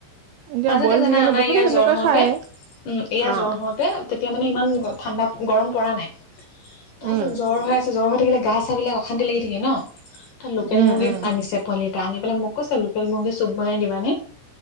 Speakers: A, on the right; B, on the left.
A: এতিয়া
B: মাজতে
A: বইল
B: জানা
A: চিকেনো
B: আমাৰ
A: বহুতে
B: ইয়াৰ
A: তেনেকৈ
B: জ্বৰ হওতে
A: খায়
B: উম ইয়াৰ
A: অ
B: জ্বৰ হওঁ তে তেতিয়া মানে ইমান ঠাণ্ডাত গৰম পৰা নাই। তাৰ
A: উম
B: পিছত জ্বৰ হৈ আছে জ্বৰ হৈ থাকিলে গা চা বিলাক অশান্তি লাগি থাকে ন, তাৰ লোকেল
A: উম
B: মুৰ্গী
A: উম
B: আনিছে পোৱালিত। এ আনি পেলাই মোক কৈছে লোকেল মুৰ্গী চুপ বনাই দিবানে